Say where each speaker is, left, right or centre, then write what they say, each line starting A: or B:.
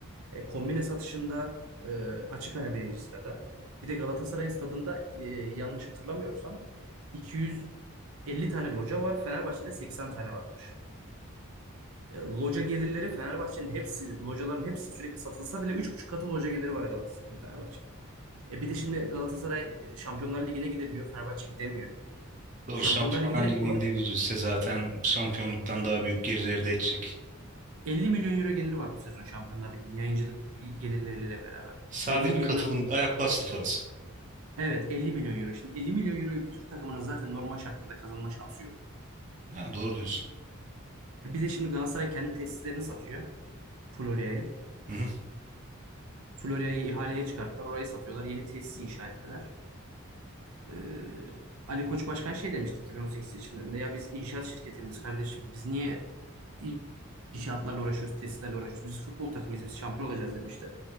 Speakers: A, on the right; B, on the right.
A: E, kombine satışında e, açık ara birinci sırada. Bir de Galatasaray'ın stadında e, yanlış hatırlamıyorsam 250 tane loca var. Fenerbahçe'de 80 tane varmış. E, loca gelirleri Fenerbahçe'nin hepsi, locaların hepsi sürekli satılsa bile 3,5 katı loca geliri var Galatasaray'ın Fenerbahçe'den. E bir de şimdi Galatasaray Şampiyonlar Ligi'ne gidebiliyor. Fenerbahçe gidemiyor.
B: Doğru
A: Şampiyonlar
B: Şampiyonlar
A: Ligi direkt
B: Ligi'ne
A: olarak
B: gidebilirse zaten şampiyonluktan daha büyük gerilerde edecek.
A: 50 milyon euro geliri var bu sezon Şampiyonlar Ligi'nin yayıncılık gelirleriyle beraber.
B: Sadece
A: 50
B: bir
A: milyon
B: katılım
A: euro.
B: ayak bastı parası.
A: Evet 50 milyon euro. Şimdi 50 milyon euroyu bir Türk takımının zaten normal şartlarda kazanma şansı yok.
B: Ha, doğru diyorsun.
A: E Bir de şimdi Galatasaray kendi tesislerini satıyor. Florya'yı.
B: Hı hı.
A: Florya'yı ihaleye çıkarttılar. Orayı satıyorlar. Yeni tesis inşa ettiler. Ee, Ali Koç Başkan şey demişti 2018 seçimlerinde. Ya biz inşaat şirketimiz kardeşim. Biz niye in- inşaatlarla uğraşıyoruz, tesislerle uğraşıyoruz? Biz futbol takımıyız. Biz şampiyon olacağız demişti.